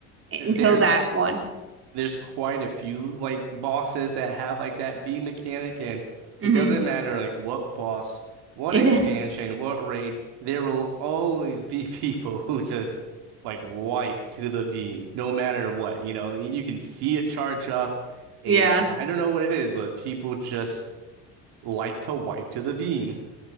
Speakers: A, on the right; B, on the right.
A: until
B: <laughs> There's
A: that one.
B: there's quite a few like bosses that have like that B mechanic, and it
A: hmm
B: doesn't matter like what boss, what
A: It
B: expansion,
A: is.
B: what raid, there will always <laughs> be people who just like wipe to the beam, no matter what. You know, you can see it charge up, and
A: <laughs> Yeah.
B: I don't know what it is, but people just like to wipe to the beam.